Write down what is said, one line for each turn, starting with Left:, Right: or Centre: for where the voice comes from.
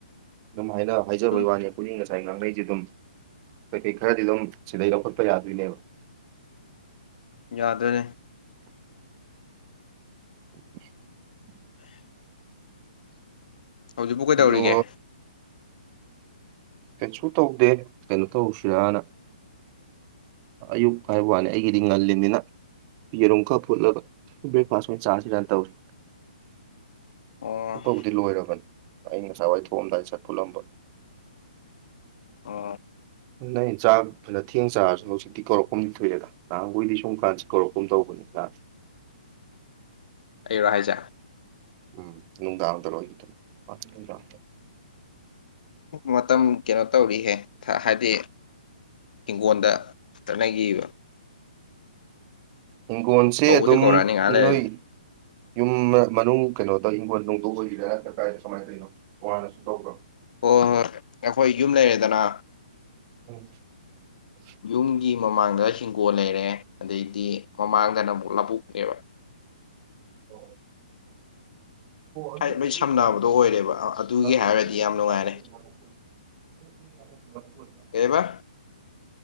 Right: ꯑꯗꯨꯝ ꯍꯥꯏꯅ ꯍꯥꯏꯖꯕꯩ
Left: ꯎꯝ
Right: ꯋꯥꯅꯤ ꯄꯨꯛꯅꯤꯡꯉꯁꯤ ꯉꯁꯥꯏ ꯉꯥꯡꯈꯩꯁꯤ ꯑꯗꯨꯝ ꯀꯩꯀꯩ ꯈꯔꯗꯤ ꯑꯗꯨꯝ ꯁꯤꯗꯩ ꯂꯧꯈꯠꯄ ꯌꯥꯗꯣꯏꯅꯦꯕ
Left: ꯌꯥꯗ꯭ꯔꯅꯦ
Right: <unintelligible> <inaudible>
Left: ꯍꯧꯖꯤꯛꯕꯨ ꯀꯩꯗꯧꯔꯤꯒꯦ
Right: ꯑꯗꯣ ꯀꯩꯁꯨ ꯇꯧꯗꯦ ꯀꯩꯅꯣ ꯇꯧꯁꯤꯔꯅ ꯑꯌꯨꯛ ꯍꯥꯏꯕ ꯋꯥꯅꯤ ꯑꯩꯒꯤꯗꯤ ꯉꯜꯂꯤꯅꯤꯅ ꯌꯦꯔꯨꯝ ꯈꯥꯔ ꯐꯨꯠꯂꯒ ꯕ꯭ꯔꯦꯛꯐꯥꯁ ꯑꯣꯏꯅ ꯆꯥꯔꯁꯤ ꯔꯅ ꯇꯧꯔꯤ
Left: ꯑꯣ
Right: ꯐꯨꯠꯄꯕꯨꯗꯤ ꯂꯣꯏꯔꯕꯅꯤ ꯑꯩ ꯉꯁꯥꯏꯋꯥꯏ ꯊꯣꯛꯑꯝꯗꯥꯏꯗ ꯁꯥꯠ ꯐꯨꯠꯂꯝꯕ
Left: ꯑꯣ
Right: ꯅꯪꯒꯤ ꯆꯥꯛ ꯐꯥꯅ ꯊꯦꯡꯅ ꯆꯥꯔꯁꯨ ꯍꯧꯖꯤꯛꯇꯤ ꯀꯧꯔꯛꯐꯝꯗꯤ ꯊꯣꯛꯑꯦꯗ ꯅꯍꯥꯟ ꯈꯩꯗꯤ ꯁꯨꯝ ꯀꯥꯟꯁꯤ ꯀꯧꯔꯛꯀꯨꯝ ꯇꯧꯕꯅꯤꯗ
Left: ꯑꯩꯔꯣ ꯍꯥꯏꯖꯦ
Right: ꯎꯝ ꯅꯨꯡꯗꯥꯡꯗꯥꯔꯣ ꯑꯌꯨꯛꯗꯥꯔꯣ ꯑꯣ ꯅꯨꯡꯗꯥꯡꯗ
Left: ꯃꯇꯝ ꯀꯩꯅꯣ ꯇꯧꯔꯤꯍꯦ ꯍꯥꯏꯕꯗꯤ ꯍꯤꯡꯒꯣꯜꯗ ꯆꯠꯅꯒꯤꯕ
Right: ꯍꯤꯡꯒꯣꯜꯁꯦ
Left: ꯀꯧꯕꯗꯤ
Right: ꯑꯗꯨꯝ
Left: ꯀꯧꯔꯛꯑꯅꯤ ꯉꯥꯏꯍꯥꯛ ꯂꯩꯔꯗꯤ
Right: ꯅꯣꯏ ꯌꯨꯝ ꯃꯅꯨꯡ ꯀꯩꯅꯣꯗ ꯍꯤꯡꯈꯣꯜ ꯅꯣꯡꯗꯣꯛ ꯑꯣꯏꯔꯤꯔ ꯅ ꯀ <inaudible> ꯀꯥꯏꯔꯦ ꯀꯃꯥꯏꯅ ꯇꯧꯅꯣ ꯀꯣꯉꯥꯏꯅꯁꯨ ꯇꯧꯕ꯭ꯔꯣ <inaudible>
Left: ꯍꯣꯏ ꯍꯣꯏ ꯑꯩꯈꯣꯏ ꯌꯨꯝ ꯂꯩꯔꯦꯗꯅ
Right: ꯎꯝ <inaudible>
Left: ꯌꯨꯝꯒꯤ ꯃꯃꯥꯡꯗ ꯍꯤꯡꯒꯣꯜ ꯂꯩꯔꯦ ꯑꯗꯩꯗꯤ ꯃꯃꯥꯡꯗꯅ ꯑꯃꯨꯛ ꯂꯧꯕꯨꯛꯅꯦꯕ
Right: ꯑꯣ ꯑꯗꯨ
Left: ꯍꯥꯢꯗꯤ
Right: ꯅꯣꯏ
Left: ꯂꯣꯢ ꯁꯝꯅꯕꯗꯣ
Right: ꯅꯥꯀꯟꯁꯤ
Left: ꯑꯣꯏꯔꯦꯕ
Right: ꯂꯧꯕꯨꯛ ꯑꯣꯏꯕ꯭ꯔꯣ?
Left: ꯑꯗꯨꯒꯤ
Right: ꯅꯣꯏ
Left: ꯍꯥꯏꯔꯗꯤ ꯌꯥꯝ ꯅꯨꯡꯉꯥꯏꯔꯦ
Right: ꯅꯥꯀꯟꯁꯤ <inaudible>
Left: ꯀꯩꯕꯥ